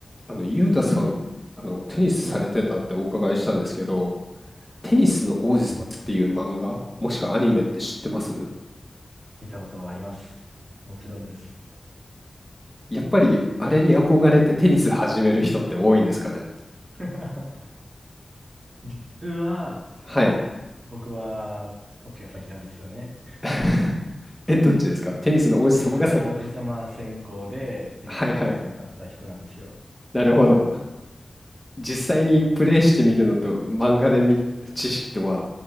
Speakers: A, in the centre; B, on the right.
A: あの、ゆうたさん、あの、テニスされてたってお伺いしたんですけど、テニスの王子様っていう漫画、もしくはアニメって知ってます
B: 見たことはあります。もちろんです。
A: やっぱり、あれに憧れてテニス始める人って多いんですかね
B: <laughs> 実は、
A: はい。
B: 僕は、そっちが先なんですよね。
A: <laughs> え、どっちですかテニスの王子様が先。
B: テニスの王子様専攻でテニスを始めたった人なんですよ。
A: はいはい。なるほど。実際にプレイしてみるのと漫画で見、知識とは